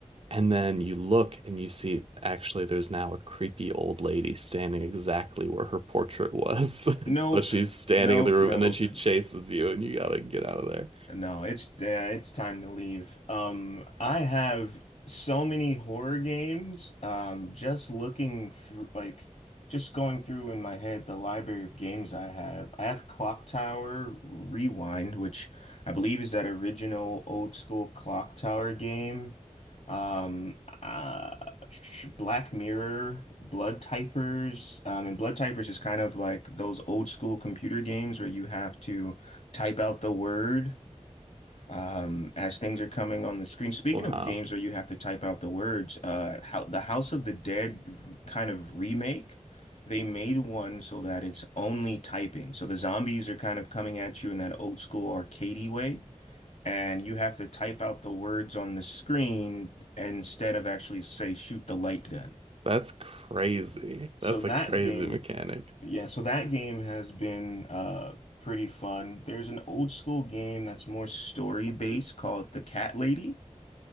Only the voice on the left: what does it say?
Nope.
Nope.
Nope.
No, it's yeah, it's time to leave. Um, I have so many horror games. Um, just looking through, like, just going through in my head the library of games I have. I have Clock Tower Rewind, which I believe is that original old school Clock Tower game. Um, uh, Black Mirror, Blood Typers, um, and Blood Typers is kind of like those old school computer games where you have to type out the word um, as things are coming on the screen. Speaking
of games where you have to type out the words, uh, how the House of the Dead kind of remake, they made one so that it's only typing. So the zombies are kind of coming at you in that old school arcadey way, and you have to type out the words on the screen instead of actually say shoot the light gun.
So
that
game,
yeah, so that game has been uh pretty fun. There's an old school game that's more story based called The Cat Lady